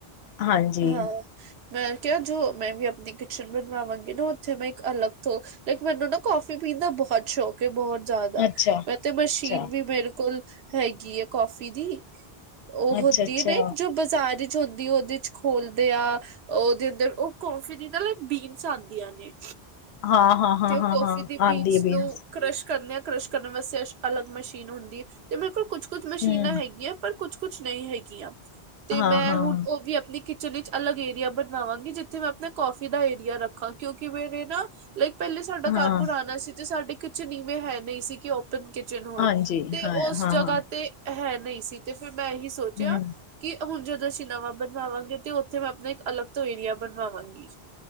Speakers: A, on the left; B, on the right.
A: ਹਾਂਜੀ
B: ਹਾਂ ਮੈਂ ਕਿਹਾ, ਜੋ ਮੈਂ ਵੀ ਆਪਣੀ ਕਿਚਨ ਬਣਵਾਵਾਂਗੀ ਨਾ, ਉੱਥੇ ਮੈਂ ਇੱਕ ਅਲੱਗ ਤੋਂ ਇੱਕ ਮੈਨੂੰ ਨਾ ਕਾਫੀ ਪੀਣ ਦਾ ਬਹੁਤ ਸ਼ੌਕ ਕੇ ਬਹੁਤ ਜ਼ਿਆਦਾ,
A: ਅੱਛਾ
B: ਮੈਂ ਤੇ ਮਸ਼ੀਨ
A: ਅੱਛਾ
B: ਵੀ ਮੇਰੇ ਕੋਲ ਹੈਗੀ ਹੈ ਕਾਫੀ ਦੀ। ਉਹ ਹੁੰਦੀ
A: ਅੱਛਾ ਅੱਛਾ
B: ਹੈ, ਨਹੀਂ ਜੋ ਬਾਜ਼ਾਰ ਵਿੱਚ ਹੁੰਦੀ ਉਹਦੇ ਖੋਲਦੇ ਆ, ਉਹਦੇ ਅੰਦਰ ਉਹ ਘੁੰਮ ਫਿਰ ਨਾਲ ਬੀਨਸ ਆਉਂਦੀਆਂ ਨੇ।
A: ਹਾਂ- ਹਾਂ- ਹਾਂ-
B: ਤੇ
A: ਹਾਂ-
B: ਕੌਫੀ
A: ਹਾਂ
B: ਦੀ
A: ਆਉਂਦੀ ਹੈ ਬੀਨਸ।
B: ਨੂੰ ਕਰਸ਼ ਕਰਨੇ ਆ, ਕਰਸ਼ ਕਰਨ ਵਾਸਤੇ, ਅ ਅਲੱਗ ਮਸ਼ੀਨ ਹੁੰਦੀ ਹੈ, ਤੇ ਮੇਰੇ ਕੋਲ ਕੁਛ ਕੁਝ ਮਸ਼ੀਨਾਂ
A: ਹੂੰ
B: ਹੈਗੀਆਂ। ਪਰ ਕੁਛ- ਕੁਛ ਨਹੀਂ ਹੈਗੀਆਂ, ਤੇ
A: ਹਾਂ
B: ਮੈਂ
A: ਹਾਂ
B: ਹੁਣ ਉਹ ਵੀ ਆਪਣੀ ਕਿ ਕਿਚਨ ਚ ਅਲਗ ਏਰੀਆ ਬਣਾਵਾਂਗੀ, ਜਿੱਥੇ ਮੈਂ ਆਪਣਾ ਕਫੀ ਦਾ ਏਰੀਆ ਰੱਖਾਂ, ਕਿਉਂਕਿ ਮੇਰੇ ਨਾ ਲਾਈਕ ਪਹਿਲੇ ਸਾਡਾ
A: ਹਾਂ
B: ਘਰ ਪੁਰਾਣਾ ਸੀ, ਤੇ ਸਾਡੀ ਕਿਚਨ ਇਵੇਂ ਹੈ ਨਹੀਂ ਸੀ ਕਿ ਕਿਚਨ ਹੋਏ,
A: ਹਾਂਜੀ
B: ਤੇ
A: ਹਾਂ
B: ਉਸ
A: ਹਾਂ
B: ਜਗ੍ਹਾ
A: ਹਾਂ
B: ਤੇ ਹੈ ਨਹੀਂ ਸੀ, ਤੇ ਫਿਰ ਮੈਂ ਇਹੀ ਸੋਚਿਆ
A: ਹੂੰ
B: ਕਿ ਹੁਣ ਜਦੋਂ ਅਸੀਂ ਨਵਾਂ ਬਣਵਾਵਾਂਗੇ, ਤੇ ਉੱਥੇ ਮੈਂ ਆਪਣਾ ਇੱਕ ਅਲੱਗ ਤੋਂ ਏਰੀਆ ਬਣਵਾਵਾਂਗੀ।